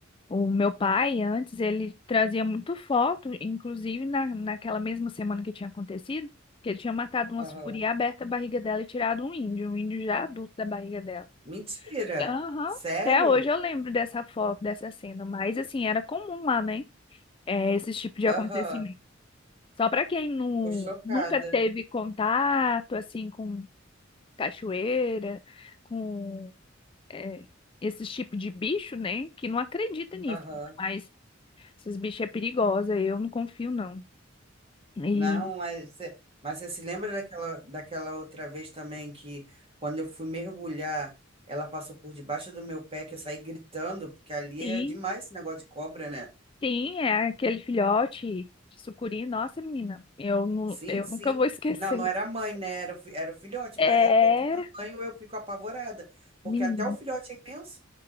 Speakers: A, on the left; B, on the right.
A: o meu pai, antes, ele trazia muito foto, inclusive na, naquela mesma semana que tinha acontecido, que ele tinha matado uma
B: Aham.
A: sucuri, aberta a barriga dela e tirado um índio, um índio já adulto da barriga dela.
B: Mentira!
A: Aham,
B: Sério?
A: até hoje eu lembro dessa foto, dessa cena, mas assim, era comum lá, né? É, esse tipo de
B: Aham,
A: acontecimento. Só para quem nu,
B: tô chocada.
A: nunca teve contato, assim, com cachoeira, com é, esses tipos de bicho, né? Que não acredita nisso.
B: Aham.
A: Mas esses bichos é perigosa, eu não confio, não. E
B: Não, mas você, mas você se lembra daquela, daquela outra vez também que quando eu fui mergulhar, ela passou por debaixo do meu pé, que eu saí gritando, porque ali
A: sim,
B: é demais esse negócio de cobra, né?
A: sim, é aquele filhote de sucuri, nossa, menina, eu, não,
B: Sim,
A: eu
B: sim.
A: nunca vou esquecer.
B: Não, não era a mãe, né? Era o, fi- era o filhote,
A: É,
B: mas a qualquer tamanho eu fico apavorada, porque
A: menina,
B: até o filhote é imenso.